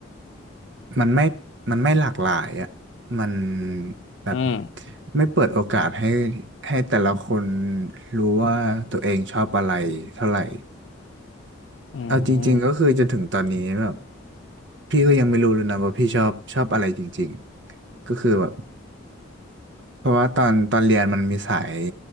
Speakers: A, on the right; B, on the left.
A: มันไม่มันไม่หลากหลายอ่ะมันแบบ
B: อืม
A: ไม่เปิดโอกาสให้ให้แต่ละคนรู้ว่าตัวเองชอบอะไรเท่าไหร่
B: อืม
A: เอาจริงๆก็คือจนถึงตอนนี้แบบพี่ก็ยังไม่รู้เลยนะว่าพี่ชอบชอบอะไรจริงๆก็คือแบบเพราะว่าตอนตอนเรียนมันมีสาย